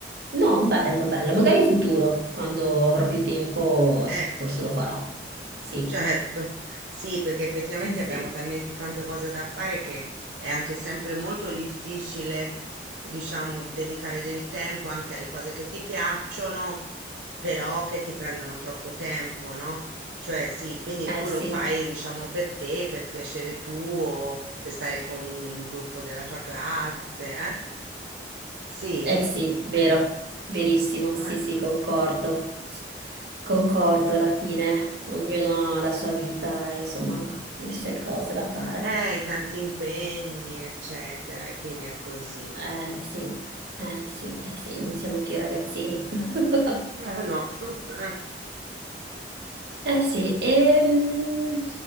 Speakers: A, on the right; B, on the right.
A: no, bello, bello. Magari in futuro, quando avrò più tempo,
B: Eh.
A: s- forse lo farò. Sì,
B: Certo, sì, perché effettivamente
A: eh sì,
B: abbiamo talmente tante cose da fare che è anche sempre molto difficile, diciamo, dedicare del tempo anche alle cose che ti piacciono, però che ti prendono troppo tempo, no? Cioè, sì, quindi
A: eh
B: tu
A: sì,
B: lo fai, diciamo, per te, per piacere tuo, per stare con il gruppo della tua classe, eh? Sì?
A: eh sì, vero, verissimo,
B: Ah,
A: sì, sì, concordo. Concordo
B: mm,
A: alla fine, ognuno ha la sua
B: sì.
A: vita, e, insomma, le sue cose da fare.
B: Eh, i tanti impegni, eccetera, e quindi è così.
A: Eh sì, eh sì, eh sì, non siamo più ragazzini. <laughs>
B: Eh, no. <laughs>
A: Eh sì, e